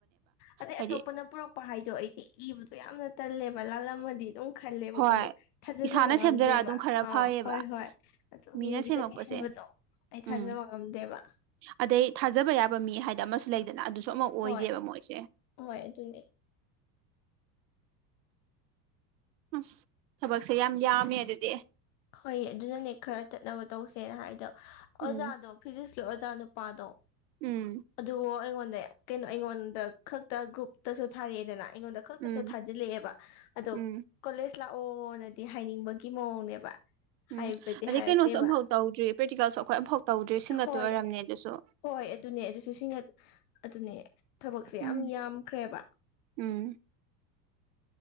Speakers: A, on the left (about 60°); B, on the right (about 80°).
A: ꯑꯗꯩ
B: ꯍꯥꯏꯗꯤ
A: ꯑꯇꯣꯞꯄꯅ ꯄꯨꯔꯛꯄ ꯍꯥꯏꯗꯣ ꯑꯩꯗꯤ ꯏꯕꯗꯣ ꯌꯥꯝꯅ ꯇꯜꯂꯦꯕ ꯃꯂ ꯂꯝꯂꯝ ꯃꯗꯤ ꯇꯣ ꯈꯜꯂꯦꯕꯀꯣ
B: ꯍꯣꯏ
A: ꯊꯥꯖꯖꯕ
B: ꯏꯁꯥꯅ
A: ꯉꯝꯗꯦꯕ
B: ꯁꯦꯝꯖꯔ ꯑꯗꯨꯝ ꯈꯔ
A: ꯑꯥ
B: ꯐꯩꯌꯦꯕ
A: ꯍꯣꯏ ꯍꯣꯏ ꯑꯗꯣ
B: ꯃꯤꯅ
A: ꯃꯤꯒꯤꯇ
B: ꯁꯦꯝꯃꯛꯄꯁꯦ
A: ꯁꯤꯟꯕꯗꯣ ꯑꯩ
B: ꯎꯝ
A: ꯊꯥꯖꯕ ꯉꯝꯗꯦꯕ
B: ꯑꯗꯩ ꯊꯥꯖꯕ ꯌꯥꯕ ꯃꯤ ꯍꯥꯏꯗꯤꯅ ꯑꯃꯁꯨ ꯂꯩꯗꯅ ꯑꯗꯨꯁꯨ ꯁꯃꯛ ꯑꯣꯏꯗꯦꯕ
A: ꯍꯣꯏ
B: ꯃꯣꯏꯁꯦ
A: ꯍꯣꯏ ꯑꯗꯨꯅꯦ
B: ꯑꯁ ꯊꯕꯛꯁꯦ ꯌꯥꯝ ꯌꯥꯝꯃꯦ ꯑꯗꯨꯗꯤ
A: ꯍꯣꯏ ꯑꯗꯨꯅꯅꯦ ꯈꯔ ꯆꯠꯅꯕ ꯇꯧꯁꯦꯅ ꯍꯥꯏꯗꯣ
B: ꯎꯝ
A: ꯑꯣꯖꯥꯗꯣ ꯐꯤꯖꯤꯛꯁ ꯑꯣꯖꯥ ꯅꯨꯄꯥꯗꯣ
B: ꯎꯝ
A: ꯑꯗꯨꯕꯨ ꯑꯩꯉꯣꯟꯗ ꯀꯩꯅꯣ ꯑꯩꯉꯣꯟꯗ ꯈꯛꯇ ꯒ꯭ꯔꯨꯞꯇꯁꯨ ꯊꯥꯔꯛꯑꯦꯗꯅ ꯑꯩꯉꯣꯟꯗ ꯈꯛꯇꯁꯨ
B: ꯎꯝ
A: ꯊꯥꯖꯤꯜꯂꯛꯑꯦꯕ ꯑꯗꯣ
B: ꯎꯝ
A: ꯀꯣꯂꯦꯖ ꯑ ꯂꯥꯛꯑꯣꯅꯗꯤ ꯍꯥꯏꯅꯤꯡꯕꯒꯤ ꯃꯑꯣꯡꯅꯦꯕ ꯍꯥꯏꯕꯗꯤ
B: ꯎꯝ ꯑꯗꯩ
A: ꯍꯥꯏꯔꯛꯇꯦꯕ
B: ꯀꯩꯅꯣꯁꯨ ꯑꯝꯐꯥꯎ ꯇꯧꯗ꯭ꯔꯤ ꯄ꯭ꯔꯦꯛꯇꯤꯀꯦꯜꯁꯨ ꯑꯩꯈꯣꯏ ꯑꯝꯐꯥꯎ ꯇꯧꯗ꯭ꯔꯤ ꯁꯤꯡꯒꯠꯇ
A: ꯍꯣꯏ
B: ꯑꯣꯏꯔꯝꯅꯦ ꯑꯗꯨꯁꯨ
A: ꯍꯣꯏ ꯑꯗꯨꯅꯦ ꯑꯗꯨꯁꯨ ꯑꯗꯨꯅꯦ ꯊꯕꯛꯁꯦ ꯌꯥꯝ
B: ꯎꯝ
A: ꯌꯥꯝꯈ꯭ꯔꯦꯕ
B: ꯎꯝ